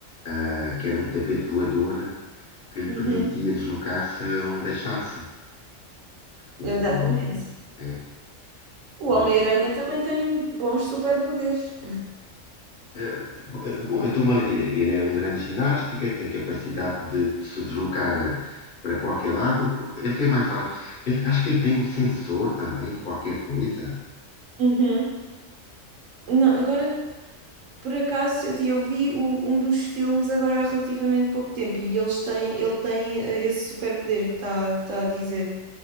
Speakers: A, on the left; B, on the right.
A: ah, que era um tapete voador que lhe
B: Uhum,
A: permitia deslocar-se onde achasse. O,
B: exatamente.
A: ah, é,
B: O
A: o,
B: Homem-Aranha também tem bons superpoderes.
A: eh, eh, Bom, eu estou-me a- eh, ele é um grande ginástica, tem capacidade de, de se deslocar eh, para qualquer lado. Ele tem mais algo. Ele, acho que ele tem um sensor também de qualquer coisa.
B: Uhum. Não, agora Por acaso, eu, eu vi o- um dos filmes agora há relativamente pouco tempo e eles têm, ele tem eh, esse superpoder que está que tá a dizer.